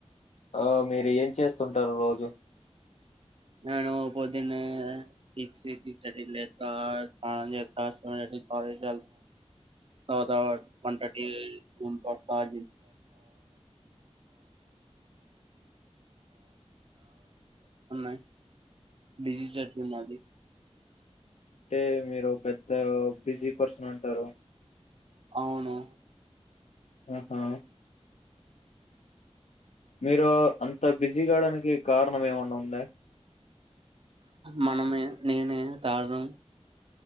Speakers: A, on the left; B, on the right.
A: ఆ మీరు ఏం చేస్తుంటారు రోజు
B: నేను పొద్దిన్న సిక్స్, సిక్స్ థర్టీకి లేస్తా స్నానం చేస్తా, తర్వాత టాయిలెట్ కి వెళ్తా, వంట చేస్తా <unintelligible> బిజీ షెడ్యూల్ మాది
A: అంటే మీరు పెద్ద బిజీ పర్సన్ అంటారు.
B: అవును
A: ఆహా మీరు అంత బిజీ కావడానికి కారణం ఏమన్నా ఉందా.
B: మనమే, నేనే కారణం.